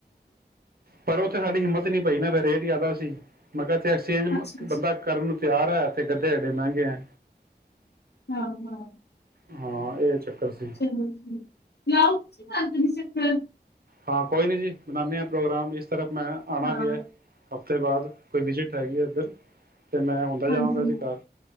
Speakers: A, on the right (about 60°); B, on the left (about 70°).
A: ਪਰ ਉੱਥੇ ਸ਼ਾਡੀ ਹਿੰਮਤ ਨੀਂ ਪਈ ਨਾ ਫ਼ਿਰ ਰੇਟ। ਜ਼ਿਆਦਾ ਸੀ -ਮਗਰ ਐਕਸਚੇਂਜ
B: ਅੱਛਾ ਅੱਛਾ
A: ਬੰਦਾਂ ਕਰਨ। ਤਿਆਰ ਹੈਂ ਤੇ ਗੱਡੀ। ਤੈਡੇ ਮਹਿੰਗੇ ਆ।
B: ਹਾਂ, ਹਾਂ।
A: ਹਾਂ ਇਹ ਚੱਕਰ। ਸੀ
B: ਚਲੋਂ ਜੀ। ਲਿਆਓ ਤੁਸੀਂ ਘਰ ਕਦੀ ਚਕ੍ਰ <inaudible>
A: ਹਾਂ ਕੋਈ ਨੀਂ ਜੀ ਬਨਾਣੇ ਹਾਂ ਪ੍ਰੋਗਰਾਮ ਇਸ। ਸਿਰਫ਼ ਮੈਂ ਆਉਣਾਂ
B: ਹਾਂ
A: ਵੀ ਹੈਂ। ਹਫ਼ਤੇ ਬਾਅਦ ਕੋਈ ਵਿਜ਼ਿਟ ਆਈਂ ਹੈਂ। ਇੱਧਰ ਮੈਂ ਹੁੰਦਾ ਜਾਵਾਂਗਾ
B: ਹਾਂਜੀ, ਹਾਂਜੀ
A: ਜੀ ਘਰ